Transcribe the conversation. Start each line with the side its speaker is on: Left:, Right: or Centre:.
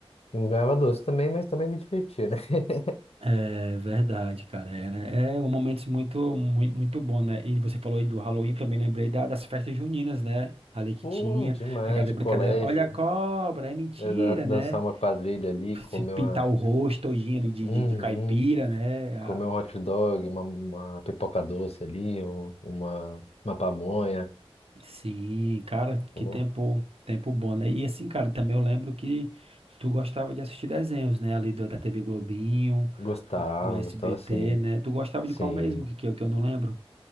Left: não ganhava doce também, mas também me divertia, né? <laughs>
Right: É verdade, cara. É, né? É um momento muito, muito, muito bom, né? E você falou aí do Halloween, também lembrei da- das festas juninas, né? Ali que
Left: Pô,
Right: tinha,
Left: demais,
Right: aquelas
Left: de
Right: brincadeiras,
Left: colégio.
Right: olha a cobra, é mentira,
Left: Exato,
Right: né?
Left: dançar uma quadrilha ali, comer
Right: Se pintar
Left: uma.
Right: o rosto todinho ali de,
Left: Uhum.
Right: de, de caipira, né? Ah,
Left: Comer um hot dog, uma, uma pipoca doce ali, um- uma, uma pamonha.
Right: Sim, cara,
Left: Pô,
Right: que tempo, tempo bom, né? E assim, cara, também eu lembro que tu gostava de assistir desenhos, né? Ali do- da TV Globinho,
Left: gostava,
Right: do SBT,
Left: gostava sim.
Right: né? Tu gostava
Left: Sim.
Right: de qual mesmo? Que, que eu que eu não lembro.